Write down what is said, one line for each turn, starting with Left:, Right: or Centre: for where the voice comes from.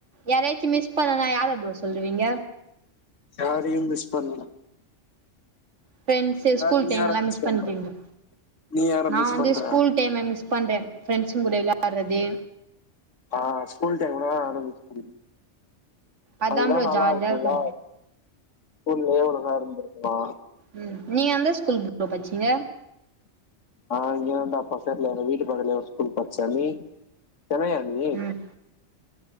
Right: யாரையாச்சு மிஸ் பண்ணனா யார ப்ரோ சொல்லுவீங்க
Left: யாரையும் மிஸ் பண்ணனு
Right: ஃப்ரெண்ஸு ஸ்கூல்
Left: நீ
Right: டைம்
Left: யார
Right: எல்லா மிஸ்
Left: பண்ற
Right: பண்றீங்லா
Left: நீ யார
Right: நா
Left: மிஸ்
Right: வந்து
Left: பண்ற
Right: ஸ்கூல் டைம மிஸ் பண்றே ஃப்ரெண்ஸு கூட விளாறதே
Left: ஆ ஸ்கூல் டைம்லதா ஆரம்பிச்சுது
Right: அதா
Left: அதுதா
Right: ப்ரோ
Left: நல்லா
Right: ஜாலியா
Left: இருக்குல்ல
Right: இருக்கு
Left: உல்லயே ஒழுங்கா இருந்திருக்லா
Right: ம் நீய எந்த ஸ்கூல் பு பச்சீங்க
Left: ஆ இங்க வந்தா பசர்ல வீட்டு பக்கத்லே ஒர் ஸ்கூல் படிச்ச நீ சென்னையா நி
Right: ம்